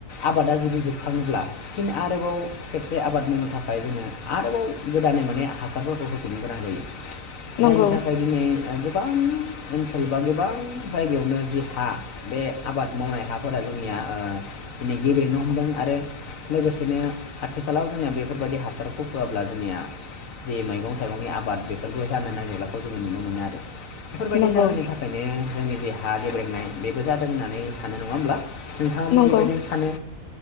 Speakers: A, on the left; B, on the left.
A: आबादा जुदि जोबखाङोब्ला फिन आरोबाव खेबसे आबाद मावनो था खाय जोंङो आरोबाव गोदानै माने हासारफोरखौ होफिननो गोनां जायो।
B: नंगौ
A: जायनि थाखाय दिनै गोबां ओनसोल बा गोबां जायगायावनो जि हा बे आबाद मावनाय हाफोरा जोंनिया ओ दिनै गेब्लेनो हमदों आरो लोगोसेनो आथिखालाव जोंङो बे फोरबायदि हासारखौ होआब्ला जोंनिया जे मैगं थाइगंनि आबाद बेफोरबो जानो नागिर्लाखौ जोंङो नुनो मोनो आरो। बेफोरबायदि
B: नंगौ
A: जाहोननि थाखायनो जोंनि जे हा गेब्रेेंनाय बेबो जादों होननानै सानो नङा होमब्ला। नोंथाङाबो
B: नंगौ
A: बेबायदिनो सानो